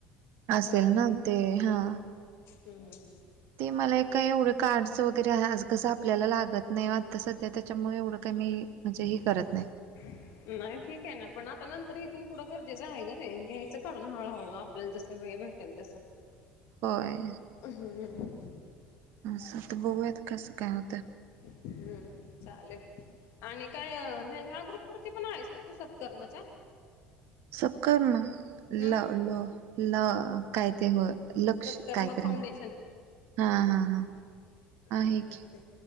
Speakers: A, on the right (about 55°); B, on the left (about 55°).
A: असेल
B: हम्म
A: ना ते हा.
B: हम्म हम्म.
A: ते मला काय एवढं कार्डस वगैरे आज कसं आपल्याला लागत नाही आता सध्या त्याच्यामुळे एवढं काही मी म्हणजे हे करत नाही.
B: <inaudible> नाही ठीक आहे ना पण आता नंतर इथून पुढं गरजेचं आहे ग ते घ्यायचं काढून हळूहळू आपल्याला जस वेळ भेटेल. भेटेल तस.
A: होय.
B: हम्म.
A: असं होतं बघुयात कसं काय होतं.
B: हम्म चालेल. आणि काय ह्या ग्रुप वरती पण आहेस ना तू सत्कर्मच्या
A: सत्कर्म
B: हम्म.
A: ल ल व काय ते होय. लक्ष
B: सत्कर्म
A: कायतर
B: फाउंडेशन
A: ते हा हा हा.
B: हा
A: आहे की
B: ते